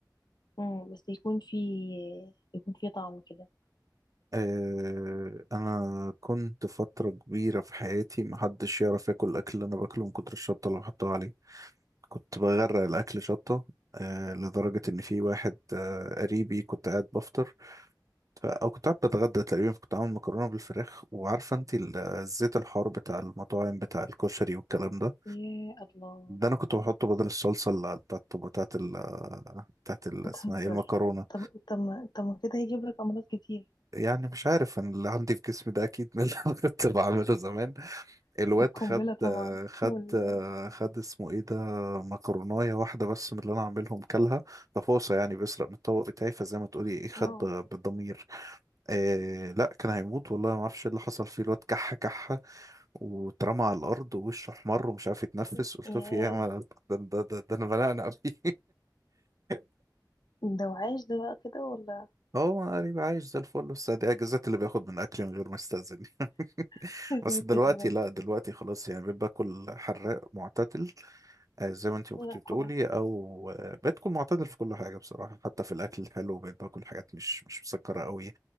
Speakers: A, on the left (about 65°); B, on the right (about 45°).
A: مم. بس يكون فيه يكون فيه طعم كده
B: آه انا كنت فترة كبيرة في حياتي محدش يعرف ياكل الاكل اللي انا باكله من كتر الشطة اللي بحطها عليه كنت بغرق الاكل شطة آه لدرجة ان في واحد آه قريبي كنت قاعد بفطر ف... او كنت قاعد بتغدى تقريبا كنت عامل مكرونة بالفراخ وعارفة انت ال- الزيت الحار بتاع المطاعم بتاع الكشري والكلام ده
A: يا الله
B: ده انا كنت بحطه بدل الصلصة اللي بتاعت بتاعت ال... بتاعت ال...
A: بتهزر
B: اسمها ايه المكرونة
A: طب طب ما- طب ما كده هيجيب لك أمراض كتير
B: يعني مش عارف انا اللي عندي في جسمي ده اكيد من اللي انا كنت بعمله زمان الواد
A: القنبلة
B: خد
A: طبعا
B: خد
A: وال
B: خد اسمه ايه ده مكرونايه واحده بس من اللي انا عاملهم كلها تفاصيل يعني بيسرق من الطبق بتاعي فزي ما تقولي ايه خد
A: اه
B: ب- بالضمير آه لا كان هيموت والله ما اعرفش إيه اللي حصل فيه الواد كح كح واترمى على الارض ووشه احمر ومش عارف يتنفس
A: ياه
B: قلت له في ايه يا مال- ده ده ده, ده انا بنقنق فيه <laughs>
A: ده وعاش ده بقى كده ولا
B: هو قريب عايش زي الفل بس دي اجازات اللي بياخد من اكلي من غير ما يستأذن <laughs>
A: <laughs> يا
B: بس
A: ساتر
B: دلوقتي
A: يا رب
B: لا دلوقتي خلاص يعني بيبقى باكل حراق معتدل آه، زي ما انت كنت
A: يا القرآن
B: بتقولي او آه، بتكون معتدل في كل حاجه بصراحه حتى في الاكل الحلو بقيت باكل حاجات مش مش مسكره قوي